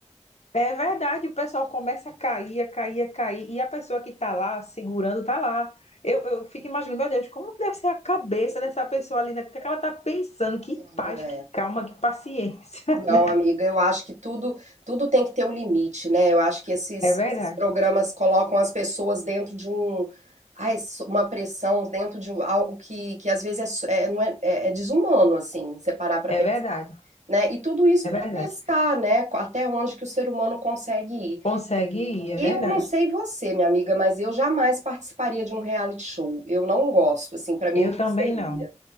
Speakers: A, on the left (about 65°); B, on the right (about 80°).
A: É verdade, o pessoal começa a cair, a cair, a cair, e a pessoa que está lá segurando está lá. Eu, eu fico imaginando, meu Deus, como que deve ser a cabeça dessa pessoa ali, né? O que é que ela está pensando? Que
B: <laughs>
A: paz,
B: É.
A: que calma, que paciência.
B: Não,
A: <laughs> né?
B: amiga, eu acho que tudo, tudo tem que ter um limite, né? Eu acho que esses,
A: É verdade,
B: esses programas colocam as pessoas dentro de um, ai, so- uma pressão, dentro de um- algo que, que às vezes é, so- é, não é, é- é desumano, assim, você parar pra
A: é
B: pensar,
A: verdade,
B: né? E tudo isso
A: é
B: pra
A: verdade.
B: testar, né? co- Até onde que o ser humano consegue ir.
A: Consegue ir, é
B: Eu
A: verdade.
B: não sei você, minha amiga, mas eu jamais participaria de um reality show. Eu não gosto, assim, pra mim
A: Eu
B: não
A: também
B: seria,
A: não,